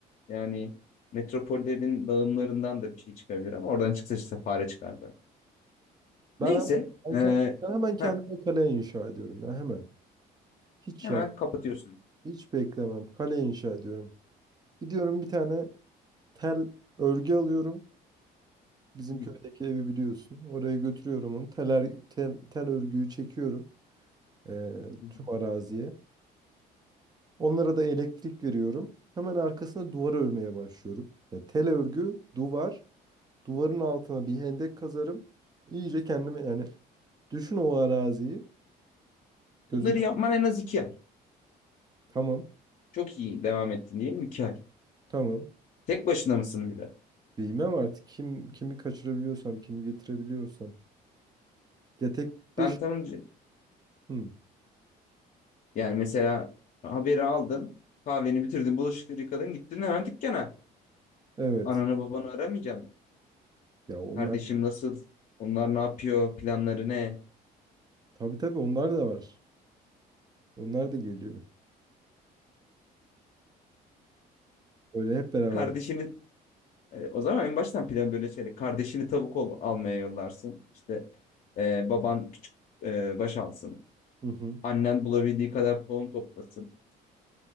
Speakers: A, on the left; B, on the right.
A: Yani metropollerin dağılımlarından da bir şey çıkabilir ama oradan çıksa işte fare çıkardı.
B: Ben,
A: Neyse.
B: ben,
A: e,
B: ke- ben hemen kendime
A: heh,
B: kale inşa ediyorum ya hemen. Hiç
A: hemen
B: yani
A: kapatıyorsun.
B: hiç beklemem. Kale inşa ediyorum. Gidiyorum bir tane tel örgü alıyorum. Bizim
A: Hı
B: köydeki evi biliyorsun. Oraya götürüyorum onu. Tel, er- tel, tel örgüyü çekiyorum eee,
A: hı.
B: tüm araziye. Onlara da elektrik veriyorum. Hemen arkasına duvar örmeye başlıyorum. Yani tel örgü, duvar. Duvarın altına bir hendek kazarım. İyice kendimi yani düşün o araziyi. Gözünden
A: Bunları yapman en az iki ay.
B: tamam
A: Çok iyi devam ettin diyelim iki ay.
B: tamam.
A: Tek başına mısın bir de?
B: Bilmem artık kim kimi kaçırabiliyorsam kimi getirebiliyorsam. Ya tek dış.
A: Ben tam
B: Hı,
A: yani mesela haberi aldın. Kahveni bitirdin. Bulaşıkları yıkadın. Gittin hemen dükkana.
B: evet.
A: Ananı babanı aramayacağım.
B: Ya onlar
A: Kardeşim nasıl? Onlar ne yapıyor? Planları ne?
B: Tabii tabii onlar da var. Onlar da geliyor. Öyle hep beraber.
A: Kardeşini e, o zaman en baştan plan böyle şeyle. Kardeşini tavuk ol, almaya yollarsın. İşte e, baban küçük e, baş alsın.
B: Hı hı.
A: Annen bulabildiği kadar tohum toplasın.